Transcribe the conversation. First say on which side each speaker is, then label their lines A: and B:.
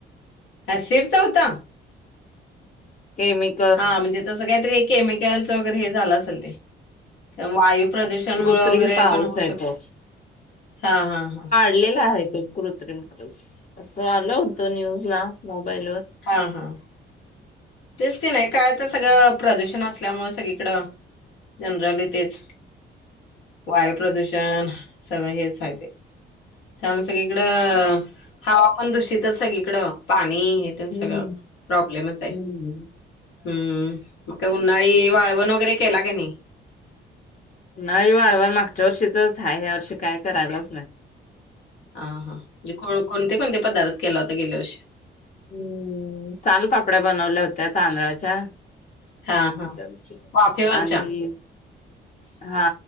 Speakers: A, on the left; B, on the left.
A: ऍशिडचा होता?
B: केमिक
A: हा म्हणजे तसं कायतरी हे, केमिकलच वगैरे हे झालं असेल ते. ते वायू प्रदूषण
B: कृत्रिम
A: मुळं वगैरे
B: पाऊस
A: पण होऊ
B: आहे
A: शकतं.
B: तो
A: हा हा हा
B: पलेला आहे तो कृत्रिम पाऊस. असं आल होतं न्यूज ला, मोबाईल वर
A: हा हा तेच की नाही काय, तर सगळं प्रदूषण असल्यामुळं, सगळीकडं जनरली तेच. वायू प्रदूषण, सगळं हेच हाये थे. त्यामुळे सगळीकडं हवा पण दूषितचं, सगळीकड पाणी तुमच्या
B: हम्म
A: गांव, प्रॉब्लेमच आहे.
B: हम्म
A: हम्म. का उन्हाळी वाळवण वगैरे केला की नै.
B: उन्हाळी वाळवाण मागच्या वर्षीचंच हाय, ह्या वर्षी काय करायलाच नाही.
A: हा हा म्हणजे कोण, कोणते कोणते पदार्थ केला होता गेले वर्ष च
B: हम्म... चाल पापड्या बनवल्या होत्या तांदळाच्या
A: हां,
B: आ
A: हां. वाफेवरच्या?
B: आणि हा